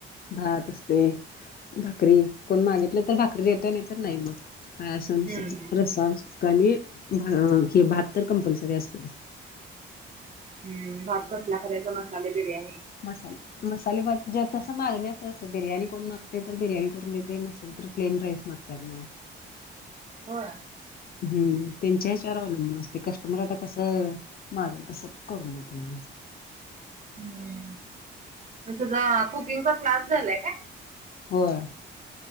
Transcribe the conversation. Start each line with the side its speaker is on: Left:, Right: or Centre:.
Left: भात असते, भाकरी कोण मागितले तर भाकरी देेतेय नाही तर नाही मग. हासा नुसारज
Right: हम्म
Left: रस्सा असतो काणि भा हे भात तर कंपल्सरी असतेयं.
Right: हूं भात कसला करायचा मसाले बिर्याणी?
Left: मसाला. मसाले भात ज्याचं असं मागणी असेल तस बिर्याणी कोण मागतयं तर बिर्याणी करून देतेय, नसल तर प्लेन राईस मागत्यात म.
Right: होय!
Left: हूं त्यांच्या ह्याच्यावर अवलंबून असते, कस्टमर आता कसं मागेल तसं. करून देतो आम्ही.
Right: हूं अन तुजा कुकिंगचा क्लास झालाय कायं?
Left: होयं